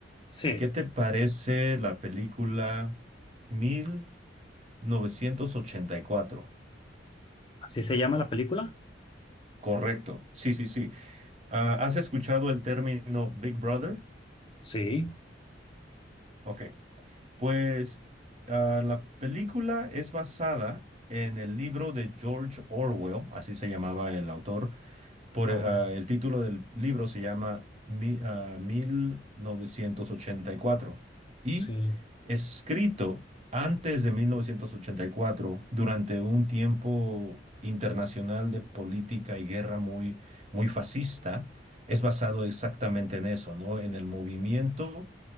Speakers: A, on the left; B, on the right.
A: sí.
B: ¿Qué te parece la película mil novecientos ochenta y cuatro?
A: ¿Así se llama la película?
B: Correcto, sí, sí, sí. Ah, ¿has escuchado el término Big Brother?
A: Sí,
B: Ok. Pues ah, la película es basada en el libro de George Orwell, así se llamaba el autor. Por,
A: ajá,
B: ah, el título del libro se llama Mi- ah, 1984 y
A: sí,
B: cuatro y escrito antes de 1984, durante un tiempo internacional de política y guerra muy, muy fascista, es basado exactamente en eso, ¿no? En el movimiento